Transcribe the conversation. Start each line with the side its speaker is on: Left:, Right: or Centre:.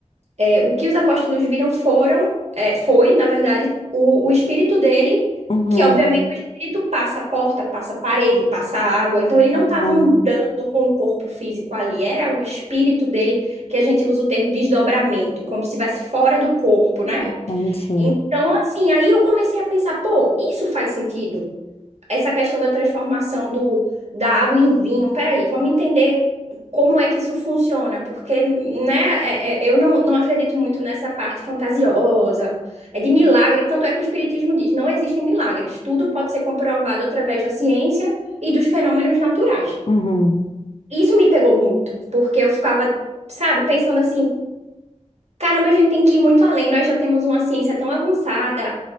Right: É, o que os apóstolos viram foram, é, foi, na verdade, o, o espírito dele,
Left: Uhum,
Right: que obviamente o espírito passa a porta, passa a parede, passa a água. Então ele não
Left: uhum,
Right: estava andando com o corpo físico ali, era o espírito dele, que a gente usa o termo desdobramento, como se estivesse fora do corpo, né?
Left: entendi.
Right: Então, assim, aí eu comecei a pensar, pô, isso faz sentido essa questão da transformação do, da água em vinho. Peraí, vamos entender como é que isso funciona, porque, né, é- é- eu não, não acredito muito nessa parte fantasiosa, é de milagre, tanto é que o Espiritismo diz, não existem milagres, tudo pode ser comprovado através da ciência e dos fenômenos naturais.
Left: Uhum,
Right: Isso me pegou muito, porque eu ficava, sabe, pensando assim, Caramba, a gente tem que ir muito além. Nós já temos uma ciência tão avançada,